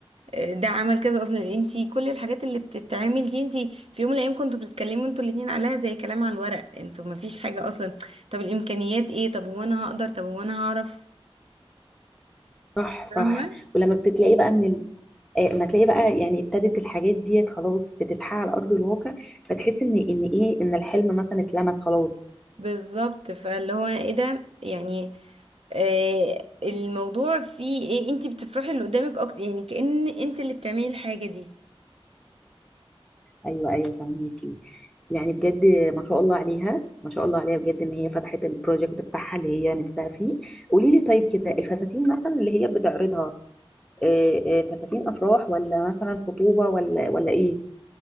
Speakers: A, on the right; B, in the centre.
A: ده عمل كذا اصلا انتي كل الحاجات اللي بتتعمل دي انتي في يوم من الايام كنتوا بتتكلموا انتوا الاتنين عليها زي كلام على الورق انتوا مفيش حاجة اصلا طب الامكانيات ايه طب هو انا هقدر طب هو انا هعرف
B: صح
A: فاهمة
B: صح ولما بتلاقي بقى ان ال- آه، ما تلاقي بقى يعني ابتدت الحاجات ديت خلاص بتتحقق على ارض الواقع فتحس ان ان ايه ان الحلم مثلا اتلمس خلاص
A: بالظبط فاللي هو ايه ده يعني آه الموضوع فيه ايه انتي بتفرحي اللي قدامك اكتر يعني كأن انت اللي بتعملي الحاجة دي
B: ايوه ايوه فهميكي يعني بجد ما شاء الله عليها ما شاء الله عليها بجد ان هي فتحت البروجكت بتاعها اللي هي نفسها فيه قولي لي طيب كده الفساتين مثلا اللي هي بتعرضها آه، آه، فساتين افراح ولا مثلا خطوبه ولا ولا ايه